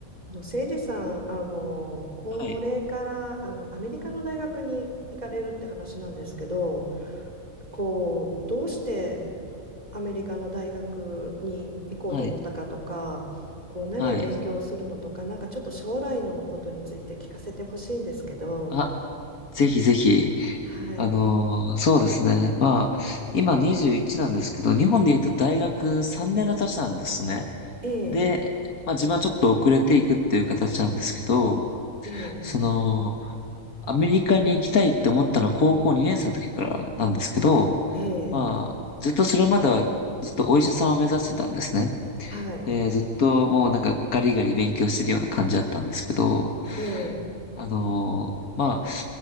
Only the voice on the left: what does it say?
はい。
はい。
はい。
あ、ぜひぜひ。
あのーそうですね。まあ、今21なんですけど、日本で言うと大学3年の年なんですね。
で、まあ自分はちょっと遅れていくっていう形なんですけど、
その、アメリカに行きたいって思ったのは高校2年生の時からなんですけど、
まあ、ずっとそれまではずっとお医者さんを目指してたんですね。
で、ずっともうなんかガリガリ勉強してるような感じだったんですけど、
あのーまあ、